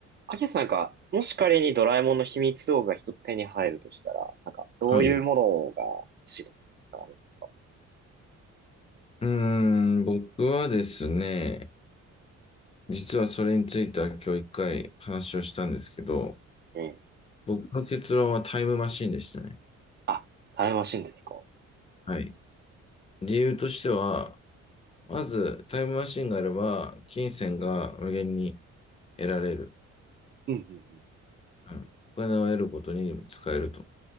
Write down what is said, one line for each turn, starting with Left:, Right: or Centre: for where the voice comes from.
Right: アキラさんなんか、もし仮にドラえもんの秘密道具が一つ手に入るとしたら、なんか、どういうものが欲しいとかあります
Left: はい。うーん、僕はですね、実はそれについては今日一回話をしたんですけど、
Right: かね。
Left: 僕の結論はタイムマシンでしたね。
Right: あ、タイムマシンですか。
Left: はい。理由としては、まずタイムマシンがあれば、金銭が無限に得られる。
Right: うん、うん、うんうん。
Left: うん、お金を得ることにも使えると。